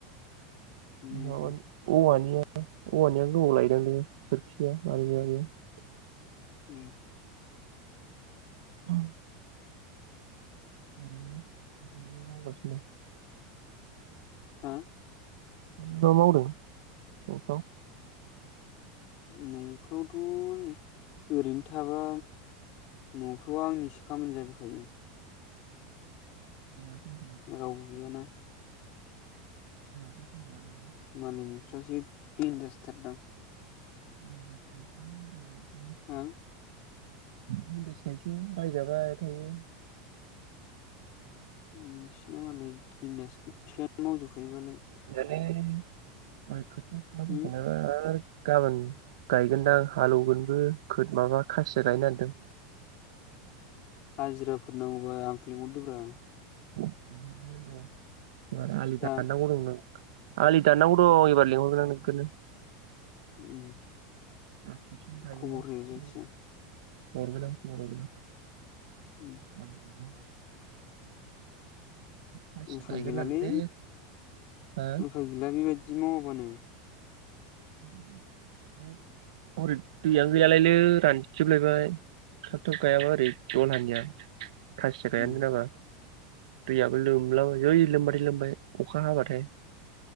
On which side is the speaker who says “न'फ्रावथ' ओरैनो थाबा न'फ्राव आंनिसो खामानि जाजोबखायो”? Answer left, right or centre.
Left